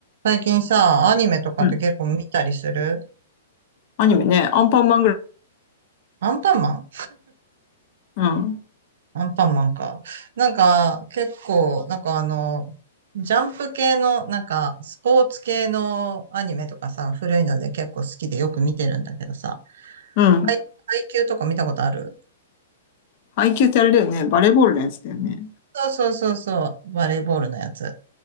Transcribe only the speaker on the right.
最近さ、アニメとかって結構見たりする
アンパンマン
アンパンマンか。なんか、結構、なんかあの、ジャンプ系の、なんか、スポーツ系のアニメとかさ、古いので結構好きでよく見てるんだけどさ、
配、配給とか見たことある
そうそうそうそう、バレーボールのやつ。